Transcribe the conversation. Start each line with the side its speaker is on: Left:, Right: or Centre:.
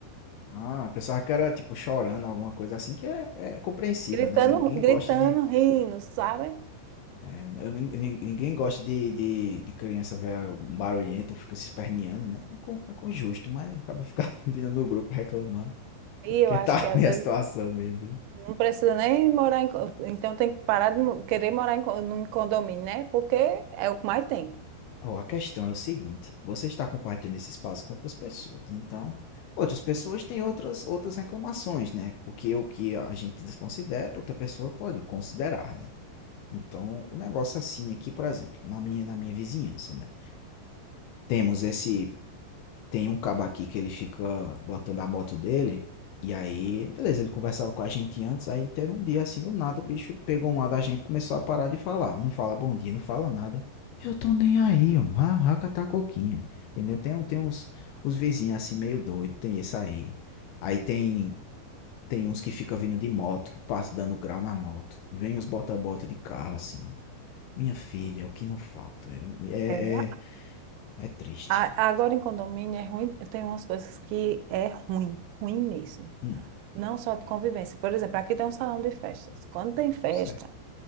Left: Ah, pensava que era tipo chorando, alguma coisa assim, que é, é compreensível,
Right: Gritando,
Left: né? Ninguém
Right: gritando,
Left: gosta de
Right: rindo, sabe?
Left: É, eu nin- nin- ninguém gosta de, de, de criança ver barulhento, fica se esperneando, né? É com, é com justo, mas acaba ficar <laughs> vindo no grupo reclamar.
Right: E
Left: É porque
Right: eu acho
Left: tá <laughs> ruim
Right: que às vezes
Left: a situação mesmo. viu?
Right: não precisa nem morar em... co- Então tem que parar de mo- querer morar em, co- num condomínio, né? Porque é o que mais tem.
Left: Ó, a questão é o seguinte: você está compartilhando esse espaço com outras pessoas, então outras pessoas têm outras, outras reclamações, né? O que, o que a gente desconsidera, outra pessoa pode considerar, né? Então, o negócio assim aqui, por exemplo, na minha, na minha vizinhança, né? Temos esse Tem um cabo aqui que ele fica botando a moto dele. E aí, beleza, ele conversava com a gente antes. Aí teve um dia assim, do nada, o bicho pegou um lado da gente e começou a parar de falar. Não fala bom dia, não fala nada. Eu tô nem aí, mano. Raca tá coquinho. Entendeu? Tem, um, tem uns, uns vizinhos assim, meio doido. Tem esse aí. Aí tem, tem uns que fica vindo de moto, passa dando grau na moto. Vem os bota-bota de carro assim. Minha filha, é o que não falta. É,
Right: É,
Left: é, é triste.
Right: A- Agora em condomínio é ruim, tem umas coisas que é ruim, ruim mesmo.
Left: Hum,
Right: Não só de convivência. Por exemplo, aqui tem um salão de festas. Quando tem festa,
Left: certo.